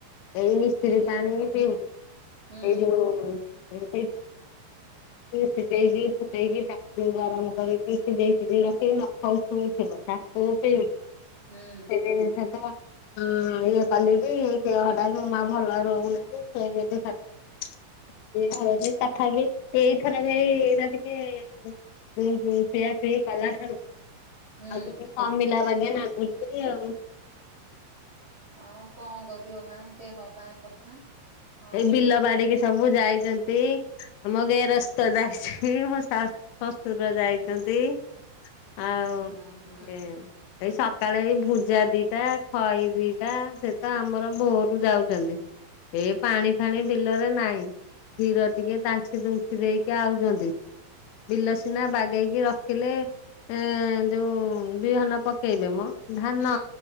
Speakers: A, on the left (about 80°); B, on the right (about 60°).
A: ଏଇ
B: ସେଥିରେ
A: ରି ପାଣି ପିଉଛି
B: ହୁଁ
A: ଏଇ ଯଉ ହଁ <unintelligible> ସିଝେଇଛି। ଫୁଟେଇକି ତାକୁ ଗରମ କରିକି ସିଝେଇ ସିଝେଇ ରଖିକି ନଖ ଉଷୁମ ଥିବ ତାକୁ <unintelligible>
B: ହୁଁ
A: <unintelligible> ହଁ ଏଇ <unintelligible> ଦେହଟା ଜମା ଭଲ ରହୁନାଇ ସେ ବି ଖାଲି <unintelligible> ତଥାପି ଏଇଥର ଏଇ ରା <unintelligible> ହୁଁ ହୁଁ ପିୟା ପିଇ କଲାଠାରୁ
B: ହୁଁ
A: ଆଉ ଟି ଅମିଲା <unintelligible> ଆଉ
B: ଆଉ କଣ କରିବ ମା ଦେହ ପା କଥା। ଆଉ
A: ଏଇ ବିଲ ବାଡିକି ସବୁ ଯାଇଛନ୍ତି ମୋ ଗେରସ୍ତ ଯାଇଛନ୍ତି ମୋ ସା ଶଶୁର ଯାଇଛନ୍ତି। ଆଉ
B: କଣ ହୁଁ
A: ଏ ଏଇ ସକାଳେ ଏ ଭୂଜା ଦିଟା ଖଇ ଦିଟା ସେ ତ ଆମର ଭୋରୁ ଯାଉଛନ୍ତି। ଏ ପାଣି ଫାଣି ବିଲରେ ନାହିଁ ହିଡ଼ ଟିକେ ତାଞ୍ଛି ତୁଞ୍ଛି ଦେଇକି ଆଉଛନ୍ତି। ବିଲ ସିନା ବାଗେଇକି ରଖିଲେ ଏ ଯୋଉ ବିହନ ପକେଇବେ ମଁ ଧାନ
B: ହୁଁ ହୁଁ